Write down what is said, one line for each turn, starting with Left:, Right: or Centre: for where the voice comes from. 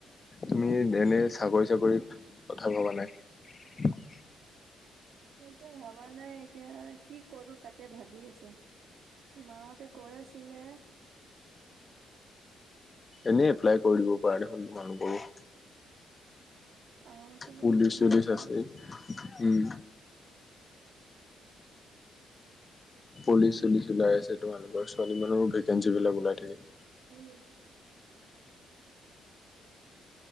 Left: তুমি এনে চাকৰি চাকৰিত কথা ভবা নাই?
Right: এতিয়া ভবা নাই এতিয়া কি কৰো তাকে ভাবি আছো। মা হতে কৈ আছিলে।
Left: এনেই এপ্লাই কৰি দিব পাৰ দেখোন তোমালোকৰ ওঁ।
Right: অহা বছৰ
Left: পুলিচ
Right: মান কৰিম
Left: চুলিচ
Right: ভাবিছো।
Left: আছে উম। পুলিচ চুলিচ ওলাই আছে তোমালোকৰ ছোৱালী মানুহৰ ভেকেঞ্চি বিলাক ওলাই থাকে।
Right: উম